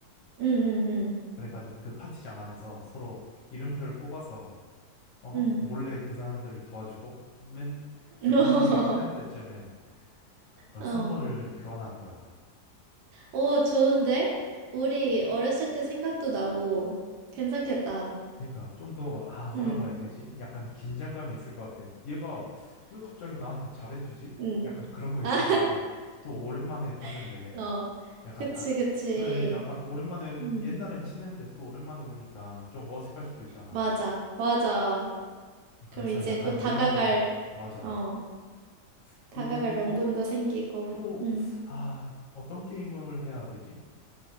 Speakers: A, on the right; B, on the left.
A: 응, 응,
B: 그래가지고 그 파티장 안에서 서로 이름표를 뽑아서, 어?
A: 응, 응.
B: 몰래 그 사람들을 도와주고, 맨
A: <laughs>
B: 그 동창회 끝날 때쯤에 그런
A: 어,
B: 선물을 교환하는 거야.
A: 오, 좋은데? 우리 어렸을 때 생각도 나고, 괜찮겠다.
B: 그러니까 좀 더, 아, 뭐라고
A: 응,
B: 해야 되지? 약간 긴장감이 있을 것 같아. 얘가 왜 갑자기 나한테 잘해주지?
A: 응.
B: 약간 그런 거
A: 아,
B: 있을 수 있잖아. 또 오랜만에 봤는데,
A: <laughs> 어,
B: 약간,
A: 그치,
B: 아,
A: 그치.
B: 그래, 약간 오랜만에,
A: 응,
B: 옛날엔 친했는데 또 오랜만에 보니까 좀 어색할 수도 있잖아.
A: 맞아, 맞아.
B: 그래서
A: 그럼 이제
B: 약간
A: 또 다가갈,
B: 이런 걸로, 맞아.
A: 어,
B: 그리고
A: 다가갈 명분도 생기고,
B: 또,
A: 응.
B: 아, 어떤 게임을 해야 되지?